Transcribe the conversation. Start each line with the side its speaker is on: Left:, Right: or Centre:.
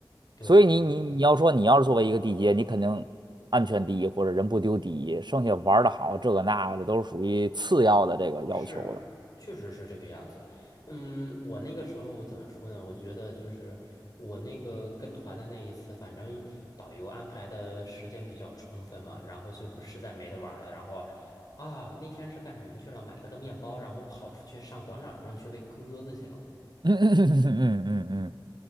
Left: 对。
Right: 所以你你你要说你要是作为一个地接，你肯定安全第一或者人不丢第一，剩下玩的好这个那个的都是属于次要的这个要求了。
Left: 是啊，确实是这个样子。嗯，我那个时候我怎么说呢？我觉得就是我那个跟团的那一次，反正导游安排的时间比较充分嘛，然后最后实在没得玩儿了，然后啊，那天是干什么去了？买了个面包，然后跑出去上广场上去喂鸽子去了。
Right: 嗯嗯嗯嗯嗯嗯嗯，